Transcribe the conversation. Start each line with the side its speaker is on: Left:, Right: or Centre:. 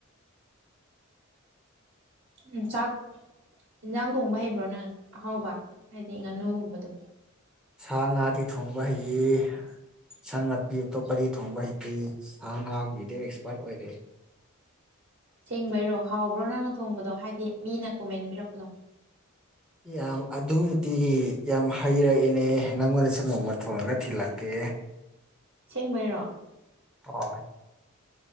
Right: ꯎꯝ ꯆꯥꯛ ꯌꯦꯟꯖꯥꯡ ꯊꯣꯡꯕ ꯍꯩꯕ꯭ꯔꯣ ꯅꯪ ꯑꯍꯥꯎꯕ ꯍꯥꯏꯗꯤ ꯉꯥꯅꯨꯒꯨꯝꯕꯗꯣ
Centre: ꯁꯥ ꯉꯥꯗꯤ ꯊꯣꯡꯕ ꯍꯩꯌꯦ ꯁꯥꯡ ꯅꯥꯄꯤ ꯑꯇꯣꯞꯄꯗꯤ ꯊꯣꯡꯕ ꯍꯩꯇ ꯁꯥ ꯉꯥꯒꯤꯗꯤ ꯑꯦꯛꯁꯄꯥꯔꯠ ꯑꯣꯏꯔꯦ
Right: ꯁꯦꯡꯕꯩꯔꯣ ꯍꯥꯎꯕ꯭ꯔꯣ ꯅꯪꯅ ꯊꯣꯡꯕꯗꯣ ꯍꯥꯏꯗꯤ ꯃꯤꯅ ꯀꯣꯃꯦꯟ ꯄꯤꯔꯛꯄꯗꯣ
Centre: ꯌꯥꯝ ꯑꯗꯨꯕꯨꯗꯤ ꯌꯥꯝ ꯍꯩꯔꯛꯏꯅꯦ ꯅꯪꯉꯣꯟꯗꯁꯨ ꯅꯣꯡꯃ ꯊꯣꯡꯉꯒ ꯊꯤꯜꯂꯛꯀꯦ
Right: ꯁꯦꯡꯕꯩꯔꯣ
Centre: ꯍꯣꯏ